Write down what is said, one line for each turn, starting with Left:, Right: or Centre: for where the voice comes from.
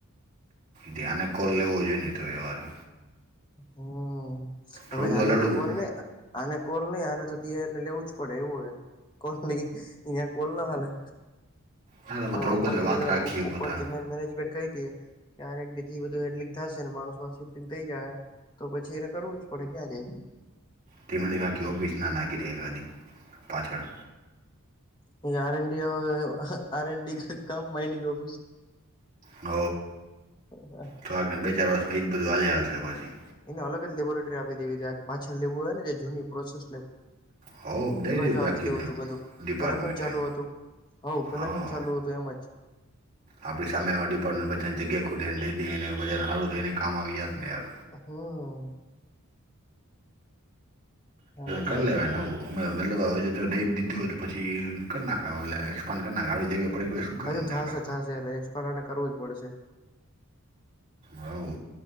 Right: ધ્યાને કોલ લેવો જોઈએ નહ. ી તો વ્યવહારે
Left: હમ હવે
Right: થોડુંક
Left: હને
Right: લડવું
Left: તો કોલ ને આને કોલ નહી આને તો દયા એટલે લેવું જ પડે એવું હોય. કો લ યા કોલ ના ચાલે.
Right: ના તમે
Left: ઉપરથી
Right: થોડુંક જ વાત રાખીએ
Left: ઉપરથી
Right: પોતા
Left: મેનેજમેન્ટ. કહી દએ કે આ થી બધું હેડલિંગ થશે ને માણસ માં શિફ્ટિંગ થઈ જાહે. તો પછી એને કરવુ જ પડે ક્યાં જાય?
Right: તીમે દ વા કે ઓફીસ ના નાખી દએ ગલી પાછળ.
Left: હ આર એનડી આર એનડી ક મઇનિંગ ઓફિસ
Right: હ
Left: એને
Right: તો આગને બે ચાર વર્ષ એ જ બધું હાલયા જ છે. પછી
Left: એને અલગ જ લેબોરેટરી આપ દેવી છે. આ પાછળ લેવું હોય ને જૂની પ્રોસેસ
Right: હો દઈ
Left: ઈ બાજુ આપી
Right: રાખી
Left: દેવું
Right: દે
Left: હતું બધું
Right: ડિપાર્ટમેન્ટ
Left: પેલા કેમ ચાલુ
Right: એમ
Left: હ પેલા
Right: હા
Left: ચાલુ હતું, તો એમ જ-
Right: આપણી સામે ડિપાર્ટમેન્ટ બજાને જગ્યા ખોટીનેઈ દે ને બ હારું થઈને કામ આવી ત યાર
Left: હમ. આ બધા
Right: કરી લેવા નવું, અમે વે દઈ દીધું હોય તો પછી કરી નાખે એક્સપાન્ડ કર નાખે જગ્યા પડી શું કામ
Left: હજુ થશે,
Right: ના કર
Left: થશે એટલે એક્સપરને કરવું જ પડશે
Right: હવ